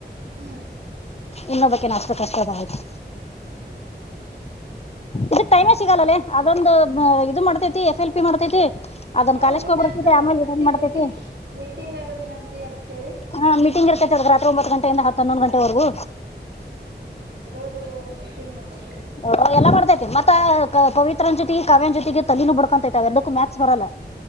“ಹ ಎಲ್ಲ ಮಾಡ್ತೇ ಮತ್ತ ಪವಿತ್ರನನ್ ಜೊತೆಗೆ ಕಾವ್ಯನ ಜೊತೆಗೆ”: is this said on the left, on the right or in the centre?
Left